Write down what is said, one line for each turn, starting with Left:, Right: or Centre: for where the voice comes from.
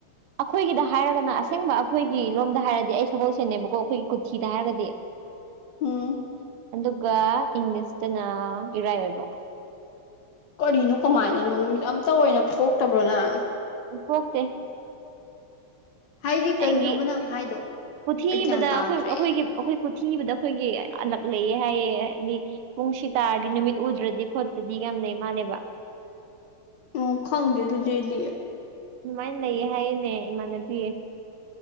Right: ꯑꯈꯣꯏꯒꯤꯗ ꯍꯥꯏꯔꯒꯅ ꯑꯁꯦꯡꯕ ꯑꯈꯣꯏꯒꯤ ꯂꯣꯝꯗ ꯍꯥꯏꯔꯗꯤ ꯑꯩ ꯁꯒꯣꯜꯁꯦꯟ ꯅꯦꯕꯀꯣ ꯑꯈꯣꯏꯒꯤ ꯀꯨꯊꯤꯗ ꯍꯥꯏꯔꯒꯗꯤ
Left: ꯎꯝ
Right: ꯑꯗꯨꯒ ꯏꯪꯂꯤꯁꯇꯅ ꯏꯔꯥꯏ ꯑꯣꯏꯕ
Left: ꯀꯔꯤꯅꯣ ꯀꯃꯥꯏꯅꯅꯣ ꯅꯨꯃꯤꯠ ꯑꯝꯇ ꯑꯣꯏꯅ ꯊꯣꯛꯇꯕ꯭ꯔꯣ ꯅꯪ
Right: ꯊꯣꯛꯇꯦ
Left: ꯍꯥꯏꯗꯤ ꯀꯩꯅꯣꯕ
Right: ꯑꯩꯒꯤ
Left: ꯅꯪ ꯍꯥꯏꯗꯣ
Right: ꯀꯨꯊꯤ
Left: ꯑꯩ
Right: ꯢꯕꯗ
Left: ꯒ꯭ꯌꯥꯟ ꯇꯥꯗ꯭ꯔꯦ
Right: ꯑꯈꯣꯏ ꯑꯈꯣꯏꯒꯤ ꯑꯈꯣꯏ ꯀꯨꯊꯤ ꯢꯕꯗ ꯑꯈꯣꯏꯒꯤ ꯑꯂꯛ ꯂꯩꯌꯦ ꯍꯥꯏꯌꯦ ꯍꯥꯏꯗꯤ ꯄꯨꯡꯁꯤ ꯇꯥꯔꯗꯤ ꯅꯨꯃꯤꯠ ꯎꯗ꯭ꯔꯗꯤ ꯈꯣꯠꯇꯗꯤ ꯌꯥꯝ ꯂꯩꯩ ꯃꯥꯜꯂꯦꯕ
Left: ꯑꯣ ꯈꯪꯗꯦ ꯑꯗꯨꯗꯤ ꯑꯩꯗꯤ
Right: ꯑꯗꯨꯃꯥꯏ ꯂꯩꯌꯦ ꯍꯥꯏꯌꯦ ꯅꯦ ꯏꯃꯥꯟꯅꯕꯤ